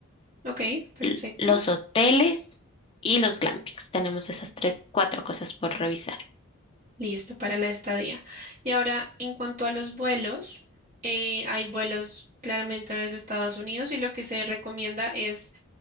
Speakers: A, on the right; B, on the left.
A: ok, perfecto.
B: L- los hoteles y los glampings. Tenemos esas tres, cuatro cosas por revisar.
A: Listo para la estadía. Y ahora, en cuanto a los vuelos, eh, hay vuelos claramente desde Estados Unidos y lo que se recomienda es